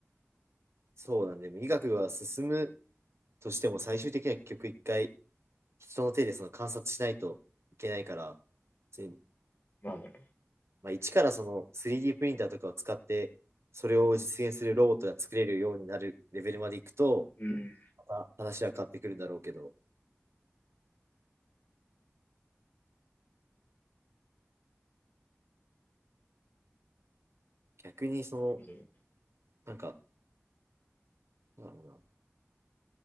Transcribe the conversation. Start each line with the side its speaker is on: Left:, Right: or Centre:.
Right: そうなんで、でも医学は進むとしても、最終的には結局一回、人の手でその観察しないといけないから、で
Left: まあね。
Right: まあ、一からその 3D プリンターとかを使って、それを実現するロボットが作れるようになるレベルまでいくと、
Left: うん。
Right: また話は変わってくるんだろうけど、逆にその、
Left: う
Right: なんか、なんだろうな。